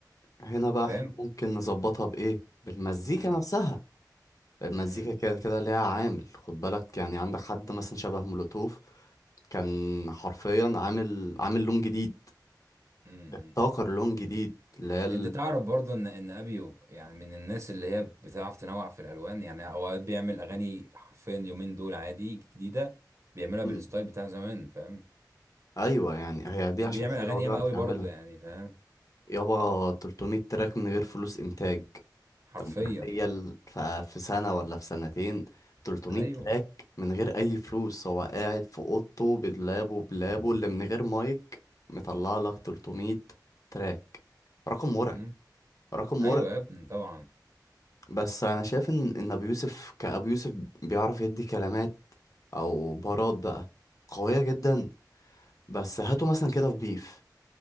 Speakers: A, on the left; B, on the right.
A: هنا بقى
B: فاهم
A: احنا ممكن نظبطها بايه بالمزيكا
B: امم
A: نفسها المزيكا
B: امم
A: كده كده ليها عامل خد بالك يعني عندك حد مثلا شبه مولوتوف كان حرفيا عامل عامل لون جديد
B: امم،
A: ابتكر
B: امم.
A: لون جديد اللي هي ال...
B: انت تعرف برضه ان ان ابيو يعني من الناس اللي هي بتعرف تنوع في الالوان يعني اوقات بيعمل اغاني حرفيا يومين دول عادي جديده بيعملها
A: <laughs> مم.
B: بالستايل بتاع زمان فاهم
A: ايوه يعني هي دي
B: وبيعمل
A: عشان حاجه
B: اغاني
A: هو بيعرف
B: ياما قوي
A: يعملها
B: برضه يعني فاهم
A: يابا 300 تراك من غير فلوس انتاج
B: حرفيا
A: انت متخيل ف- في سنه ولا في سنتين 300
B: ايوه
A: تراك من غير اي فلوس هو قاعد في اوضته بلابه بلابه اللي من غير مايك مطلع لك 300 تراك رقم مرعب
B: امم
A: رقم
B: ايوه
A: مرعب
B: يا ابني طبعا
A: بس انا شايف ان ان ابو يوسف كابو يوسف بيعرف يدي كلمات او بارات بقى قويه جدا بس هاته مثلا كده في بيف